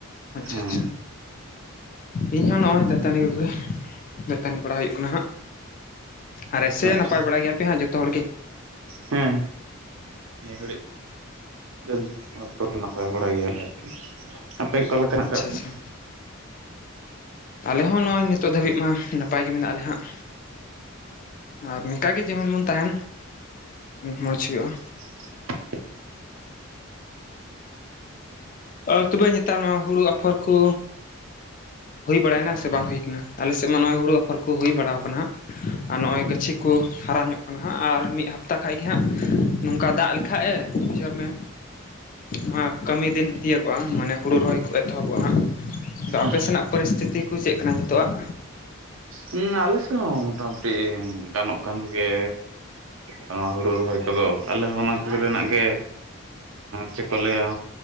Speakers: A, on the left; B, on the right.
A: ᱟᱪᱪᱷᱟ
B: ᱦᱮᱸᱼᱼ
A: ᱟᱪᱪᱷᱟ ᱤᱧ ᱦᱚᱸ ᱱᱚᱜᱼᱚᱭ ᱫᱟᱹᱛᱟᱹᱱᱤ ᱠᱚᱜᱮ ᱵᱵᱷᱩᱛ ᱤᱡ ᱤᱡ ᱱᱤ ᱵᱟᱲᱟ ᱦᱩᱭᱩᱜ ᱠᱟᱱᱟ ᱦᱟᱸᱜ ᱟᱨᱮ ᱥᱮ
B: ᱟᱪᱪᱷᱟ
A: ᱱᱟᱯᱟᱭ ᱵᱟᱲᱟ ᱜᱮᱭᱟ ᱯᱮ ᱦᱟᱸᱜ ᱡᱚᱛᱚ ᱦᱚᱲ ᱜᱮ
B: ᱦᱮᱸ ᱱᱤᱭᱟ. ᱜᱷᱟ. ᱲᱤᱡ ᱡᱷᱚᱡᱤᱛ ᱚᱠᱛᱚ ᱱᱟᱯᱟᱭ ᱵᱟᱲᱟ ᱜᱮᱭᱟᱞᱮ ᱟᱨᱠᱤ ᱟᱯᱮ ᱚᱠᱟ ᱞᱮᱠᱟ ᱦᱮᱱᱟᱜ
A: ᱟᱪᱪᱷᱟ
B: ᱟᱠᱟᱫ ᱯᱮᱭᱟ
A: ᱟᱪᱪᱷᱟ ᱟᱞᱮ ᱦᱚᱸ ᱱᱚᱜᱼᱚᱭ ᱱᱤᱛᱳᱜ ᱫᱷᱟᱹᱵᱤᱡ ᱢᱟ ᱱᱟᱯᱟᱭ ᱜᱮ ᱢᱮᱱᱟᱜ ᱞᱮ ᱦᱟᱸᱜ ᱟᱨ ᱱᱚᱝᱠᱟ ᱜᱮ ᱡᱮᱢᱚᱱ ᱵᱚᱱ ᱛᱟᱦᱮᱱ ᱢᱚᱡᱽ ᱦᱩᱭᱩᱜᱼᱟ
B: <unintelligible>
A: ᱟᱨ ᱛᱚᱵᱮ ᱱᱮᱛᱟᱨ ᱢᱟ ᱦᱩᱲᱩ ᱟᱯᱷᱚᱨ, ᱠᱚ ᱦᱩᱭ ᱵᱟᱲᱟᱭᱱᱟ ᱥᱮ ᱵᱟᱝ ᱦᱩᱭ ᱠᱟᱱᱟ? ᱟᱞᱮ ᱥᱮᱫ ᱢᱟ ᱱᱚᱭ ᱦᱩᱲᱩ ᱟᱯᱷᱚᱨ ᱠᱚ ᱦᱩᱭ ᱵᱟᱲᱟᱣ ᱠᱟᱱᱟ ᱦᱟᱸᱜ ᱟᱨ ᱱᱚᱜ-ᱚᱭ ᱜᱟᱹᱪᱷᱤ ᱠᱚ ᱦᱟᱨᱟ ᱧᱚᱜ ᱠᱟᱱᱟ ᱦᱟᱸᱜ ᱟᱨ ᱢᱤᱫ ᱦᱟᱯ ᱛᱟ ᱠᱷᱟᱱ ᱜᱮ ᱦᱟᱜ ᱱᱚᱝᱠᱟ ᱫᱟᱜ ᱞᱮᱠᱷᱟᱡ ᱮ ᱵᱩᱡᱷᱟᱹᱣ ᱢᱮ ᱱᱚᱣᱟ ᱠᱟᱹᱢᱤ ᱫᱤᱱ ᱛᱤᱭᱟᱹ ᱠᱚᱣᱟ ᱢᱟᱱᱮ ᱦᱳᱲᱩ ᱨᱚᱦᱚᱭ ᱠᱚ ᱮᱛᱚᱦᱚᱵᱚᱣᱟᱜ-ᱟ ᱦᱟᱸᱜ ᱟᱫᱚ ᱟᱯᱮ
B: ᱟᱪᱪᱷᱟ
A: ᱥᱮᱱᱟᱜ ᱯᱚᱨᱤᱥᱛᱷᱤᱛᱤ ᱠᱚ ᱪᱮᱫ ᱠᱟᱱᱟ ᱱᱤᱛᱳᱜ-ᱟᱜ
B: ᱦᱩᱸ ᱟᱞᱮ ᱥᱮᱫ ᱦᱚ ᱢᱚᱴᱟᱢᱩᱴᱤ ᱜᱟᱱᱚᱜ ᱠᱟᱱ ᱜᱮ ᱱᱚᱣᱟ ᱦᱩᱲᱩ ᱨᱚᱦᱚᱭ ᱠᱚᱫᱚ ᱟᱞᱮ ᱦᱚᱸ ᱚᱱᱟ ᱨᱮᱱᱟᱜ ᱜᱮ ᱪᱮᱫ ᱠᱚ ᱞᱟᱹᱭ ᱟ